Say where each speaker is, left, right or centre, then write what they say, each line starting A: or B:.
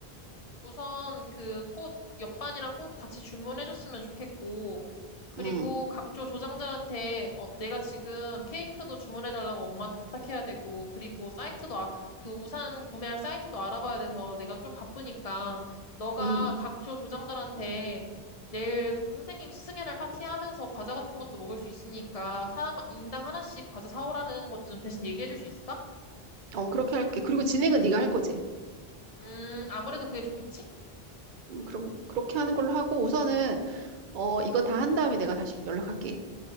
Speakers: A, on the left; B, on the right.
A: 우선 그 꽃, 옆반이랑 꽃 같이 주문해줬으면 좋겠고, 그리고
B: 음,
A: 각조 조장들한테 어, 내가 지금 케이크도 주문해달라고 엄마한테 부탁해야 되고, 그리고 사이트도, 아, 그 우산 구매할 사이트도 알아봐야 돼서 내가 좀 바쁘니까, 너가
B: 음,
A: 각조 조장들한테 내일 선생님 스승의 날 파티하면서 과자 같은 것도 먹을 수 있으니까, 사람 인당 하나씩 과자 사오라는 것 좀 대신 얘기해줄 수 있을까?
B: 어, 그렇게 할게. 그리고 진행은 네가 할 거지.
A: 음, 아무래도 그게 좋겠지?
B: 음, 그럼, 그렇게 하는 걸로 하고 우선은 어, 이거 다 한 다음에 내가 다시 연락할게.